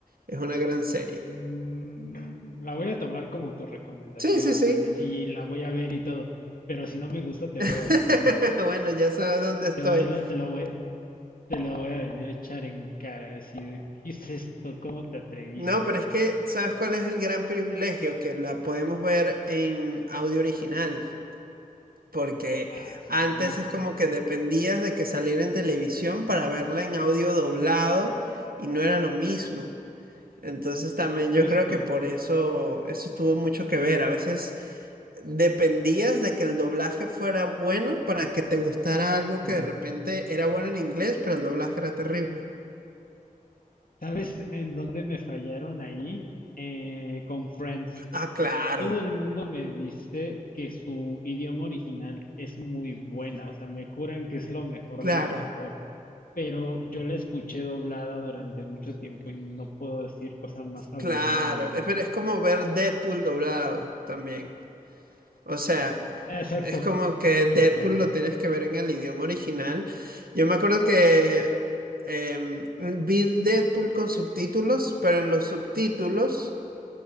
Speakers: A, on the right; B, on the left.
A: Es una gran serie.
B: Mm, la voy a tomar como tu recomendación.
A: Sí, sí, sí.
B: Así la voy a ver y todo. Pero si no me gusta, te voy
A: <laughs>
B: a venir a culpar.
A: Bueno, ya sabes dónde estoy.
B: Te voy a- lo- te lo voy, te lo voy a venir a echar en cara, decir, ¿qué es esto? ¿Cómo te atreviste?
A: No, pero es que, ¿sabes cuál es el gran privilegio? Que la podemos ver en audio original, porque
B: Ah, sí,
A: antes es como que dependías de que saliera en televisión para verla en audio doblado y no era lo mismo. Entonces también yo
B: justo.
A: creo que por eso eso tuvo mucho que ver. A veces dependías de que el doblaje fuera bueno para que te gustara algo
B: Mm,
A: que de repente era bueno en inglés, pero el doblaje era terrible.
B: ¿Sabes en dónde me fallaron ahí? Eh, con Friends.
A: Ah, claro.
B: Todo el mundo me dice que su idioma original es muy buena, o sea, me juran que es lo mejor
A: Claro,
B: de lo mejor. pero yo la escuché doblada durante mucho tiempo y no puedo decir cosa más aburrida
A: claro.
B: en el mundo.
A: Eh, Pero es como ver Deadpool doblado también. O sea,
B: Exacto,
A: es como que Deadpool
B: justo,
A: lo tienes que ver en el idioma original. Yo me acuerdo que em, vi Deadpool con subtítulos, pero en los subtítulos